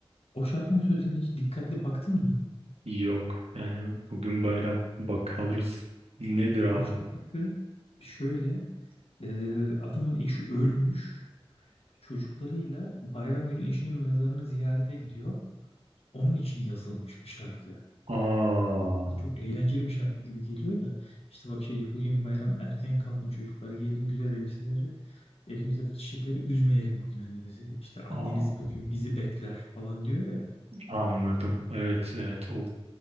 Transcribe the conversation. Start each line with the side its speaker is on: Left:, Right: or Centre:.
Left: O şarkının sözlerine hiç dikkatli baktın mı?
Right: Yok. Yani bugün bayram. Bakarız. Nedir abi?
Left: O şarkı şöyle e, adamın eşi ölmüş çocuklarıyla bayram günü eşinin mezarını ziyarete gidiyor. Onun için yazılmış bir şarkı.
Right: Aa.
Left: Çok eğlenceli bir şarkı gibi geliyor da işte bak şey diyor, bugün bayram erken kalkın çocuklar giyelim güzel elbiseleri elimizdeki çiçekleri üzmeyelim bugün annemizi. İşte anneniz
Right: Aa.
Left: bugün bizi bekler falan diyor ya.
Right: Anladım. Evet, evet. O